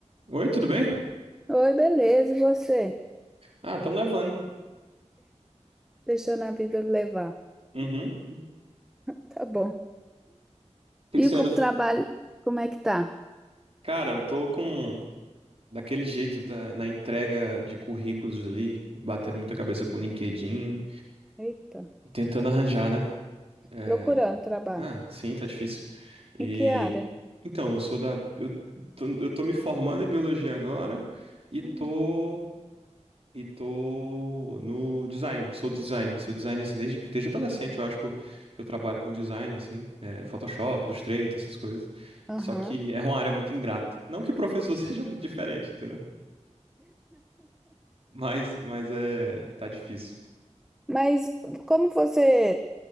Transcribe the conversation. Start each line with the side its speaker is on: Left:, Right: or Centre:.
Right: Oi, tudo bem?
Centre: Oi, beleza, e você?
Right: Ah, estamos levando.
Centre: Deixando a vida levar.
Right: Uhum. O
Centre: Tá bom.
Right: que que
Centre: E
Right: você
Centre: o
Right: anda?
Centre: trabalho, como é que tá?
Right: Cara, eu tô com daquele jeito da- na entrega de currículos ali, batendo muita cabeça com o LinkedIn,
Centre: Eita,
Right: tentando arranjar, né? É,
Centre: procurando trabalho.
Right: Ah, sim, tá difícil. E
Centre: Em que área?
Right: então, eu sou da eu tô, eu tô me formando em biologia agora e
Centre: Hum,
Right: tô E tô no design, sou do design, sou design assim desde, desde adolescente, eu acho que eu, que eu trabalho com design assim, é, Photoshop, Illustrator, essas coisas.
Centre: Aham.
Right: Só que é uma área muito ingrata. Não que o professor <laughs> seja muito diferente, entendeu? Mas, mas é, tá difícil.
Centre: Mas como você,